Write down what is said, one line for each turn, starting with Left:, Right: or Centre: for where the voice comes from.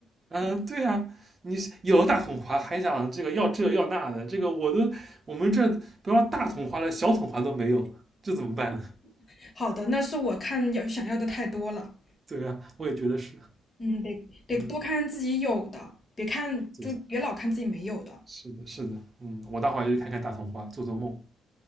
Right: 嗯，对呀、啊你有了大桶花还想这个要这要那的，这个我都我们这不要大桶花了，小桶花都没有，这怎么办呢？
Left: <laughs> 好的，那是我看要想要的太多了。
Right: 对呀、啊我也觉得是，
Left: 嗯，得得多看看自己有的，
Right: 嗯，
Left: 别看就别老看自己没有的。
Right: 对，是的，是的，嗯，我待会儿就去看看大桶花，做做梦，